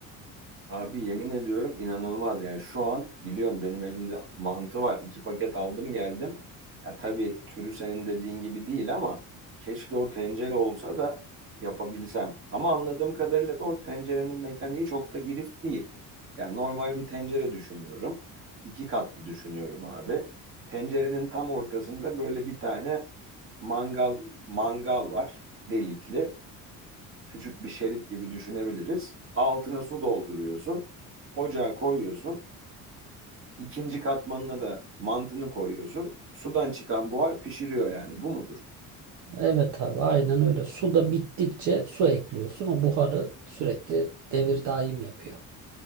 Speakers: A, on the right (about 40°); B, on the right (about 60°).
A: Abi yemin ediyorum inanılmaz yani şu an biliyorum benim elimde mantı var. İki paket aldım geldim. Ya tabii türü senin dediğin gibi değil ama keşke o tencere olsa da yapabilsem. Ama anladığım kadarıyla da o tencerenin mekaniği çok da girift değil. Yani normal bir tencere düşünüyorum. İki katlı düşünüyorum abi. Tencerenin tam ortasında böyle bir tane mangal mangal var delikli küçük bir şerit gibi düşünebiliriz. Altına su dolduruyorsun. Ocağa koyuyorsun. ikinci katmanına da mantını koyuyorsun. Sudan çıkan buhar pişiriyor yani. Bu mudur?
B: Evet abi aynen öyle. Su da bittikçe su ekliyorsun. O buharı sürekli devir daim yapıyor.